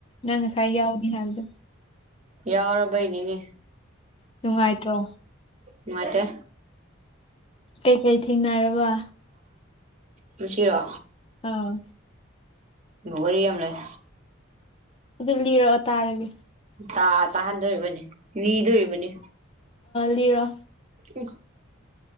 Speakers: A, on the left; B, on the right.
A: ꯅꯪ ꯉꯁꯥꯏ ꯌꯥꯎꯅꯤ ꯍꯥꯏꯕꯗꯣ
B: ꯌꯥꯎꯔ ꯩꯅꯤꯅꯦ
A: ꯅꯨꯡꯉꯥꯏꯇ꯭ꯔꯣ
B: ꯆꯦ
A: ꯀꯩꯀꯩ ꯊꯦꯡꯅꯔꯕ
B: ꯃꯁꯤꯁꯤꯔꯣ
A: ꯑꯥ
B: ꯋꯥꯔꯤ ꯌꯥꯝ ꯂꯩ
A: ꯑꯗꯨ ꯂꯤꯔꯛꯑꯣ ꯇꯥꯔꯒꯦ
B: ꯇ ꯇꯥꯍꯟꯗꯣꯔꯤꯕꯅꯤ ꯂꯤꯗꯣꯔꯤꯕꯅꯤ
A: ꯅꯤꯔꯣ
B: ꯎꯝ